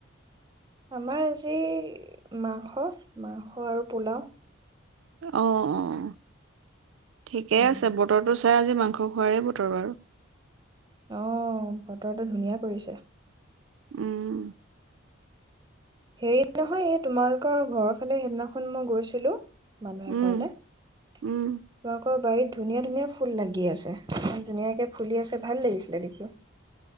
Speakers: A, on the right (about 20°); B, on the right (about 75°).
A: আমাৰ আজি মাংস, মাংস আৰু পোলাও।
B: অহ অহ। ঠিকেই
A: উম
B: আছে, বতৰতো চাই আজি মাং-। স খোৱাৰে বতৰ বাৰু।
A: অহ, বতৰটো ধুনীয়া কৰিছে।
B: উম।
A: হেৰি নহয়, এই তোমালোকৰ ঘৰৰ ফালে সেইদিনাখন মই গৈছিলোঁ- মানুহে
B: উম,
A: ঘৰলে। তোমোকৰ-
B: উম,
A: বাৰীত ধুনীয়া ধুনীয়া ফুল লাগি আছে। ইমান ধুনীয়াকে ফুলি আছে ভাল লাগিছিলে দেখি।